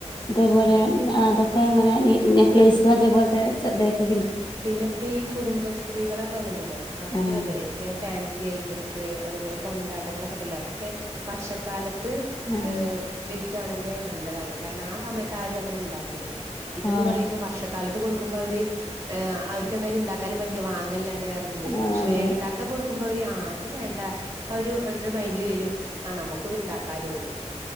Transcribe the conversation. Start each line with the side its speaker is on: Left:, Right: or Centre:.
Left: അതേപോലെ
Right: ആഹ്
Left: അതൊക്കെ അങ്ങനെ ന്നേക്ലിസ് അതേപോലെ ചെറുതായ്യൊക്കെ വിൽ
Right: പിന്നെപ്പി ഈ കുടുംബ സ്ത്രീകളൊക്കെ വന്നിണ്ടല്ലോ, അവരും
Left: ആഹ്
Right: അതെ ഇങ്ങനെ ഫാൻസി ഐറ്റംസ് അതുപോലെ കൊണ്ടാട്ടങ്ങളൊക്കെ ഉണ്ടല്ലോ അതൊക്കെ വർഷക്കാലത്ത്
Left: ആഹ്
Right: ഏ, വിൽക്കണെങ്കിൽ നല്ലതാണ് കാരണം ആ സമയത്ത് ആരും അങ്ങനെ ഉണ്ടാക്കില്ല. ഇതന്ന്
Left: ആഹ്
Right: പറയുമ്പോ വർഷക്കാലത്ത് കൊടുക്കുമ്പോ അവര് അവർക്ക് എന്തായാലും ഉണ്ടാക്കാനും പറ്റില്ല വാങ്ങല്ലാണ്ട് വേറെ ഇതുലെല്ലോ
Left: ആഹ്
Right: പക്ഷെ
Left: അതെ
Right: വേനൽ കാല ത്ത് കൊടുക്കു മ്പ ഇവര്ആ ഇ ത് വേണ്ട അപ്പോ അവര് അവരുടെ മൈയിന്റ്റിൽ വരും ആ നമുക്ക് ഇത് ഇണ്ടാക്കാലോന്ന്.